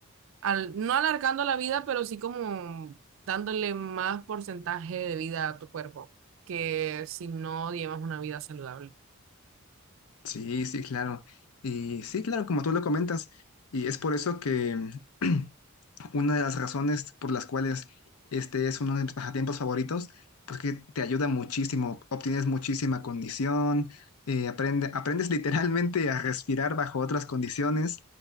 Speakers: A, on the right; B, on the left.
A: al, no alargando la vida, pero sí como dándole más porcentaje de vida a tu cuerpo, que si no llevas una vida saludable.
B: Sí, sí, claro. Y sí, claro, como tú lo comentas. Y es por eso que <clears throat> una de las razones por las cuales este es uno de mis pasatiempos favoritos, pues que te ayuda muchísimo, obtienes muchísima condición, eh, aprende, aprendes <laughs> literalmente a respirar bajo otras condiciones